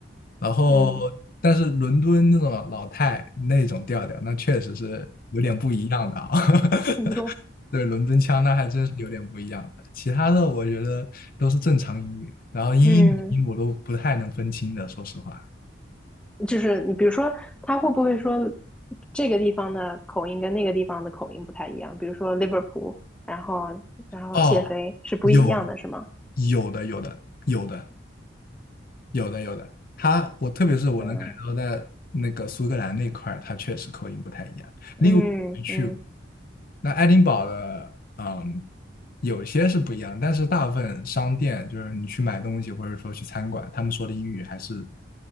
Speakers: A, on the left; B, in the centre.
A: 然后但是伦敦那种老太那种调调，
B: 嗯，
A: 那确实是有点不一样的啊。<laughs>
B: 听不懂。
A: 对，伦敦腔那还真是有点不一样的。其他的我觉得都是正常英语，然后英英语音我都不太能分清的，
B: 嗯，
A: 说实话。
B: 就是你比如说，他会不会说这个地方的口音跟那个地方的口音不太一样？比如说 Liverpool，然后然后谢飞是不一样的，
A: 哦，有，
B: 是吗？
A: 有的，有的，有的，有的，有的。他，我特别是我能感觉到在那个苏格兰那块儿，
B: 嗯
A: 他确实口音不太一样。利物浦没去过，
B: 嗯嗯
A: 那爱丁堡的嗯，有些是不一样，但是大部分商店就是你去买东西或者说去餐馆，他们说的英语还是